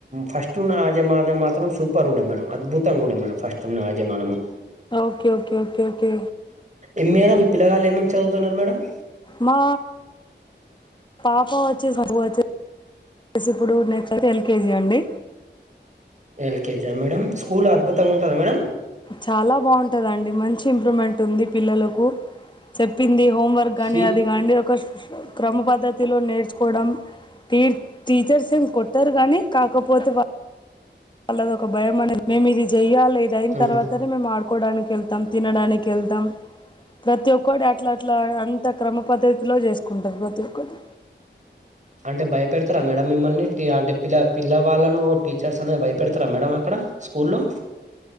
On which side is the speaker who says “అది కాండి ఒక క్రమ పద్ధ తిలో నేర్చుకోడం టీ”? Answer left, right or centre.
Left